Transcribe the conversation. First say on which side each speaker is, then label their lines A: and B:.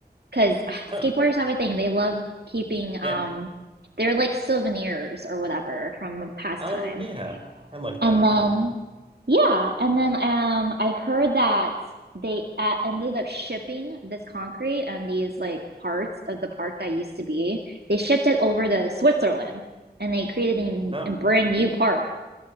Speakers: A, on the right; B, on the right.
A: because uh,
B: Oh
A: skateboarders have a thing. They love keeping, um,
B: yeah.
A: they're like souvenirs or whatever from a past
B: Oh
A: time.
B: yeah, I like that
A: And
B: idea.
A: then,
B: Yeah.
A: yeah, and then um, I heard that they uh, ended up shipping this concrete and these like parts of the park that used to be. They shipped it over to Switzerland, and they created a,
B: Oh,
A: a brand new park